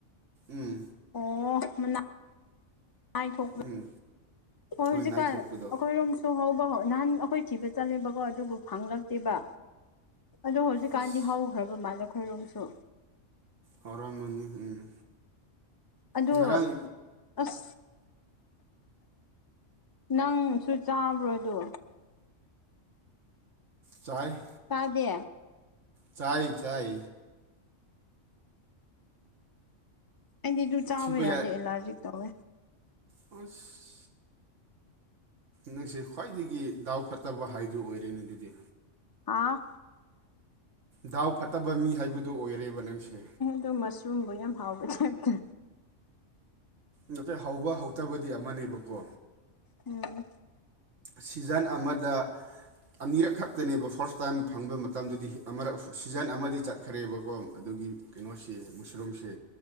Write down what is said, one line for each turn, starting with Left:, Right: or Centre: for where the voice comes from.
Right: ꯎꯝ
Left: ꯑꯣ ꯃꯅ ꯄ ꯍꯣꯏ
Right: ꯎꯝ
Left: ꯍꯧꯖꯤꯛꯀꯥꯟ
Right: ꯍꯣꯏ ꯅꯥꯏꯊꯣꯛꯄꯗꯣ
Left: ꯑꯩꯈꯣꯏꯔꯣꯝꯁꯨ ꯁꯣ ꯍꯥꯎꯕ ꯍꯧ ꯅꯍꯥꯟ ꯑꯩꯈꯣꯏ ꯊꯤꯕ ꯆꯠꯂꯦꯕꯀꯣ ꯑꯗꯨꯕꯨ ꯐꯪꯂꯛꯇꯦꯕ ꯑꯗꯣ ꯍꯧꯖꯤꯛꯀꯥꯟꯗꯤ
Right: ꯑꯁ
Left: ꯍꯧꯈ꯭ꯔꯕ ꯃꯥꯜꯂꯦꯈꯣꯏꯔꯣꯝꯁꯨ
Right: ꯍꯧꯔꯝꯃꯅꯤ ꯎꯝ
Left: ꯑꯗꯣ
Right: ꯉꯔꯥꯡ
Left: ꯑꯁ ꯅꯪꯁꯨ ꯆꯥꯕ꯭ꯔꯣꯗꯣ
Right: ꯆꯥꯏ
Left: ꯇꯗꯦ
Right: ꯆꯥꯏ ꯆꯥꯏ
Left: ꯑꯩꯗꯤꯗꯨ ꯆꯥꯕ
Right: ꯊꯤꯕ
Left: ꯌꯥꯗꯦ ꯑꯦꯂꯔꯖꯤꯛ ꯇꯧꯋꯦ
Right: ꯎꯁ ꯅꯪꯁꯦ ꯈ꯭ꯋꯥꯏꯗꯒꯤ ꯗꯥꯎ ꯐꯠꯇꯕ ꯍꯥꯏꯗꯨ ꯑꯣꯏꯔꯦꯅꯦ ꯑꯗꯨꯗꯤ
Left: ꯍꯥꯥꯎ
Right: ꯗꯥꯎ ꯐꯠꯇꯕ ꯃꯤ ꯍꯥꯏꯕꯗꯨ ꯑꯣꯏꯔꯦꯕ ꯅꯪꯁꯦ
Left: ꯗꯣ ꯃꯁꯔꯨꯝꯕꯨ ꯌꯥꯝ ꯍꯥꯎꯕꯩ ꯇꯥꯏꯞ ꯇ
Right: ꯅꯠꯇꯦ ꯍꯧꯕ ꯍꯧꯇꯕꯗꯤ ꯑꯃꯅꯦꯕꯀꯣ
Left: ꯎꯝ
Right: ꯁꯤꯖꯟ ꯑꯃꯗ ꯑꯅꯤꯔꯛ ꯈꯛꯇꯅꯦꯕ ꯐꯥꯔꯁ ꯇꯥꯏꯝ ꯐꯪꯕ ꯃꯇꯝꯗꯨꯗꯤ ꯑꯃꯛ ꯁꯤꯖꯟ ꯑꯃꯗꯤ ꯆꯠꯈ꯭ꯔꯦꯕꯀꯣ ꯑꯗꯨꯒꯤ ꯀꯩꯅꯣꯁꯤ ꯃꯨꯁꯔꯨꯝꯁꯦ